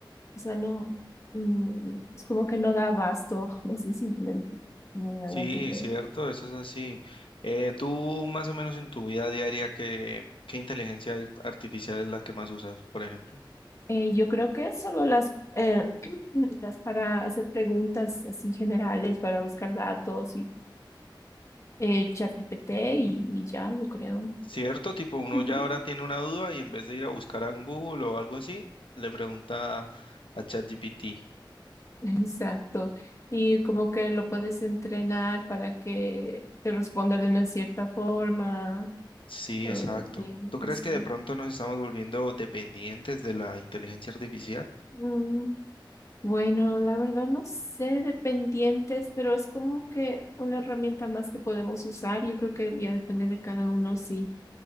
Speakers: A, on the left (about 35°); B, on the left (about 80°).
A: o sea, no, mm, es como que no da abasto, <laughs> no sé si me, ent- me
B: Sí,
A: hago entender.
B: cierto, eso es así. Eh, tú más o menos en tu vida diaria, ¿qué, qué inteligencia ar- artificial es la que más usas, por ejemplo?
A: Eh, yo creo que solo las, eh, <clears throat> las para hacer preguntas así generales, para buscar datos y el chat GPT y, y ya, yo creo.
B: Cierto, tipo uno
A: Ujú.
B: ya ahora tiene una duda y en vez de ir a buscar a Google o algo así, le pregunta a ChatGPT.
A: Exacto. Y como que lo puedes entrenar para que te responda de una cierta forma.
B: Sí,
A: o-
B: exacto.
A: y,
B: ¿Tú
A: y
B: crees
A: sí.
B: que de pronto nos estamos volviendo dependientes de la inteligencia artificial?
A: Mm, bueno, la verdad no sé de pendientes, pero es como que una herramienta más que podemos usar. Yo creo que ya depende de cada uno si,